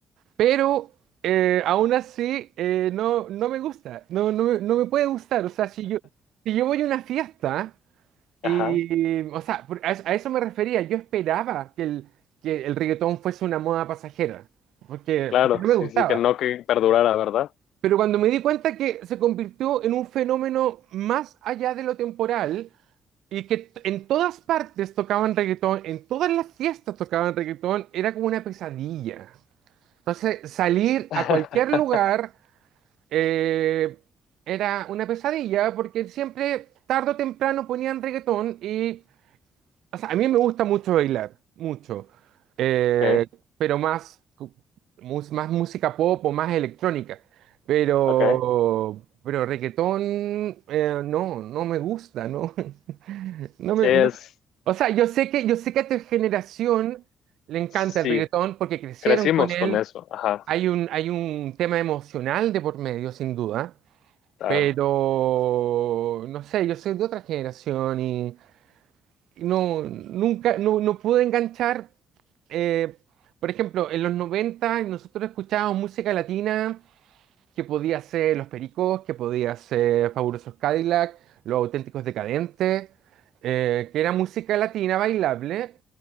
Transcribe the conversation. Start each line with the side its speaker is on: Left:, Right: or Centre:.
Right: pero eh, aún así eh, no, no me gusta, no, no me no me puede gustar. O sea, si yo, si yo voy a una fiesta y,
Left: Ajá.
Right: o sea, por- a, eso a eso me refería. Yo esperaba que el, que el reggaetón fuese una moda pasajera, porque,
Left: Claro,
Right: porque no
Left: sí,
Right: me gustaba.
Left: sí, que no que perdurara, ¿verdad?
Right: Pero cuando me di cuenta que se convirtió en un fenómeno más allá de lo temporal y que t- en todas partes tocaban reggaetón, en todas las fiestas tocaban reggaetón, era como una pesadilla. Entonces, salir
Left: <laughs>
Right: a cualquier lugar eh, era una pesadilla porque siempre, tarde o temprano, ponían reggaetón y O sea, a mí me gusta mucho bailar, mucho, Eh,
Left: Okay,
Right: pero más, cu- mus- más música pop o más electrónica. Pero,
Left: okay,
Right: pero reggaetón, eh, no, no me gusta, ¿no? <laughs> No me,
Left: Sí, es,
Right: no. O sea, yo sé que, yo sé que a tu generación le encanta
Left: sí,
Right: el reggaetón porque crecieron
Left: crecimos
Right: con él.
Left: con eso, ajá,
Right: Hay un, hay un tema emocional de por medio, sin duda.
Left: está-
Right: Pero, no sé, yo soy de otra generación y, no, nunca, no, no pude enganchar. eh, por ejemplo, en los 90 nosotros escuchábamos música latina que podía ser Los Pericos, que podía ser Fabulosos Cadillac, Los Auténticos Decadentes, eh, que era música latina bailable